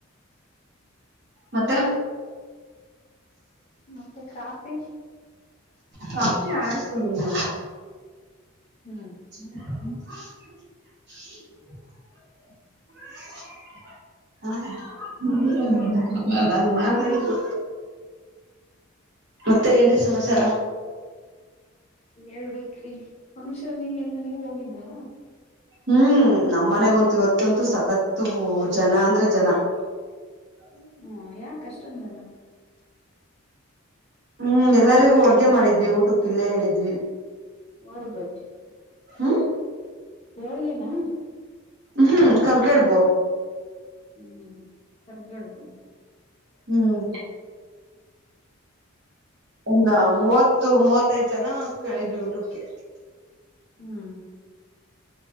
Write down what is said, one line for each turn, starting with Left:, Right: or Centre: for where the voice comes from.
Right: <inaudible> ಮತ್ತೆ
Left: ಮತ್ತೆ ಕಾಫಿ.
Right: ಕಾಫಿ <unintelligible>
Left: ಹ್ಮ್
Right: ಹ <inaudible> <unintelligible> ಹ ನನ್ ಮಾತಾಡಿದು. ಮತ್ತೆ ಏನ್ರೀ ಸಮಾಚಾರ.
Left: ಹೇಳ್ಬೇಕೇ್ರಿ ಫಂಕ್ಷನ್ ಎಲ್ಲ ನೀವ್ ಹೋಗಿದ್ದ್ಯಾ.
Right: ಹ್ಮ್ ನಮ್ ಮನೆ ಗಂತು ಇವತ್ತಂತೂ ಸಕತ್ ಜನ ಅಂದ್ರೆ ಜನ. ಹ.
Left: ಹ್ಮ ಯಾಕ ಅಷ್ಟೊಂದು ಜನ.
Right: ಹ್ಮ್ ಎಲ್ಲರಿಗೂ ಅಡ್ಗೆ ಮಾಡಿದ್ವಿ ಊಟಕ್ಕ ಇಲ್ಲೇ ಹೇಳಿದ್ವಿ.
Left: ಹೌ ಬ. <inaudible>
Right: ಹ್ಮ
Left: ಹೇಳು ನಾ.
Right: ಹ್ಮ್ ಕರ್ಗಡ್ಬೋ
Left: ಹ್ಮ್ ಹೊರ್ಗಡ್ಬು.
Right: ಹ್ಮ್ ಒ. ಮೂವತ್ತು ಮೂವತ್ತೈದ್ ಜನ ಕೇಳಿದ್ವಿ ಊಟಕ್ಕೆ.
Left: ಹ್ಮ್.